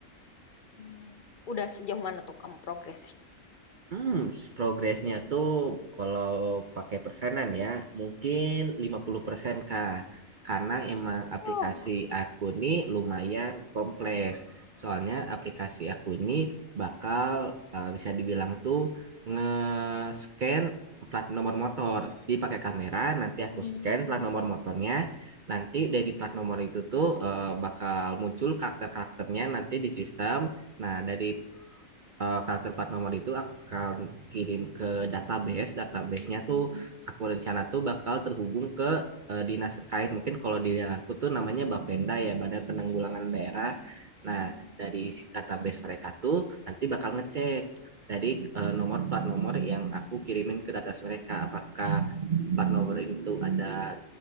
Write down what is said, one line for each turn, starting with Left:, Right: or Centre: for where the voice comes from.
Left: Mm. Udah sejauh mana tuh kamu progresnya?
Right: Hmm, progresnya tuh kalau pakai persenan ya, mungkin 50% Kak. Karena emang aplikasi
Left: Oh,
Right: aku ini lumayan kompleks. Soalnya aplikasi aku ini bakal eh, bisa dibilang tuh nge-scan plat nomor motor. Jadi pakai kamera, nanti
Left: Mm.
Right: aku scan plat nomor motornya. Nanti dari plat nomor itu tuh eh, bakal muncul karakter-karakternya nanti di sistem. Nah, dari eh, karakter plat nomor itu aku akan kirim ke database. Database-nya tuh aku rencana tuh bakal terhubung ke eh, dinas terkait. Mungkin kalau di daerah aku tuh namanya Bapenda ya, Badan Penanggulangan Daerah. Nah, dari si database mereka tuh nanti bakal ngecek dari eh, nomor plat nomor yang aku kirimin ke database mereka apakah plat nomor itu ada